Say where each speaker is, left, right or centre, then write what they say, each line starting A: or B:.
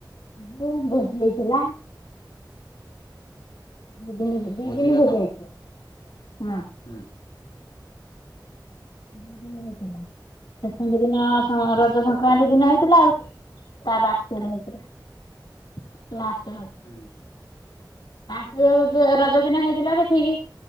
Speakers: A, on the left; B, on the left.
A: ବୋଉ ବୁଝେଇଥିଲା। ଦିଦିନ ଦି
B: ଭୋଜି
A: ଦିନି
B: ଭାତ
A: ଭୁଜି ହେଇଥିଲା। ହଁ।
B: ହୁଁ।
A: ଦିଦିନ ହେଇଥିଲା ସେକେଣ୍ଡ ଦିନ ସ ରଜ ସଂକ୍ରାନ୍ତି ଦିନ ହେଇଥିଲା ଆଉ। ତ ବାସିନ ହେଇଥିଲା ନା ଆସନ।
B: ହୁଁ।
A: ପାସିଲା ରଜ ରଜ ଦିନ ହେଇଥିଲା ଯେ ଠିକି।